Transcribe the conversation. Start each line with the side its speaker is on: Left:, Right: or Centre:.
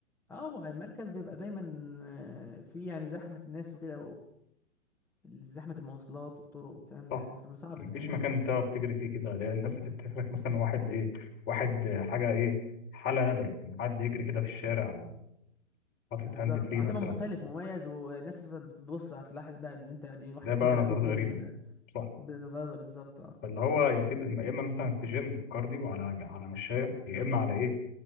Centre: اه هو المركز بيبقى دايما آه، في يعني زحمة الناس وكده وزحمة المواصلات والطرق والكلام
Left: صح
Centre: ده يعني فصعب
Left: مفيش
Centre: تلاقي
Left: مكان
Centre: اه
Left: تعرف تجري فيه كده لأن الناس هتفتكرك مثلا واحد إيه واحد حاجة إيه حالة نادرة إن حد يجري كده في الشارع وحاطط
Centre: بالظبط
Left: هاند فري
Centre: آه،
Left: مثلا
Centre: هتبقى مختلف مميز والناس بتبص هتلاحظ بقى ان انت يعني ايه واحد
Left: ده بقى
Centre: انت الوحيد
Left: نظرات
Centre: اللي
Left: غريبة
Centre: بتجري هنا
Left: بقى صح
Centre: بنظرك بالظبط اه
Left: فاللي هو يتم يا إما مثلا في جيم كارديو على على مشاية يا إما على إيه